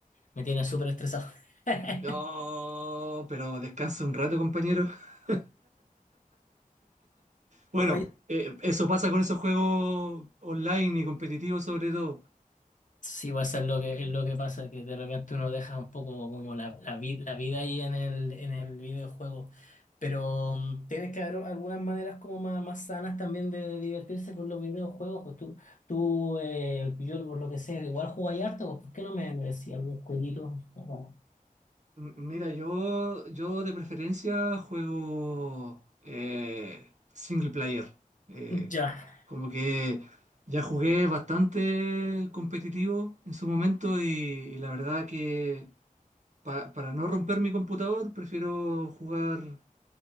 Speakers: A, on the left (about 60°); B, on the right (about 55°).
A: me tiene súper estresado. <laughs>
B: No, pero descansa un rato, compañero. <laughs> Bueno,
A: Oye,
B: eh, eso pasa con esos juegos online y competitivos sobre todo.
A: Sí, va a ser lo que, es lo que pasa, que de repente uno deja un poco como la, la, vi- la vida ahí en el, en el videojuego. Pero mm, tienes que haber algunas maneras como más, más sanas también de, de divertirse con los videojuegos. Pues tú, tú eh, yo por lo que sé, igual jugáis harto, pues, ¿por qué no me, me decís algún jueguito? Bueno,
B: M- mira, yo, yo de preferencia juego eh, single player. Eh,
A: ya,
B: como que ya jugué bastante competitivo en su momento y, y la verdad que pa- para no romper mi computador prefiero jugar